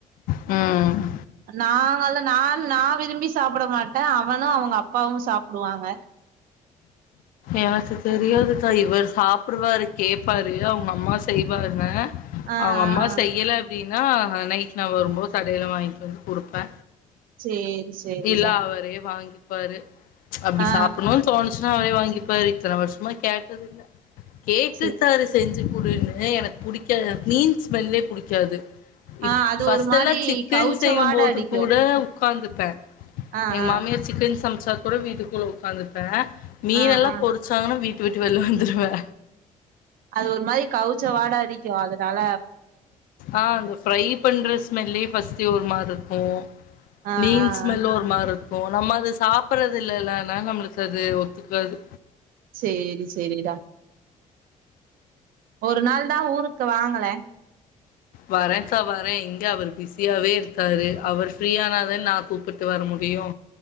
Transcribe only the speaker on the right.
நாங்கல்லா நா நா விரும்பி சாப்பட மாட்டே அவனு அவுங்க அப்பாவு சாப்புடுவாங்க
ஆ
ஆ
ஆ
சேரி சேரிடா
ஆ
சே
ஆ அது
ஒரு மாரி
கவுச்ச
வாட அடிக்கு
ஆ
ஆ
ஆ ஆ
அது ஒரு மாரி கவுச்ச வாடா அடிக்கு அதுனால
ஆ
ஆ
ஆ
சேரி சேரிடா ஒரு நாள்தா ஊருக்கு வாங்கல